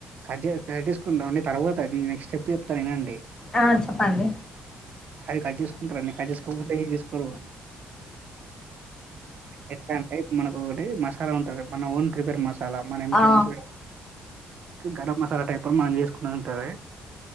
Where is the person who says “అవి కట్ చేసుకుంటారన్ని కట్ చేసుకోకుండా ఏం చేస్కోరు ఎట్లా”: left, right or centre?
Right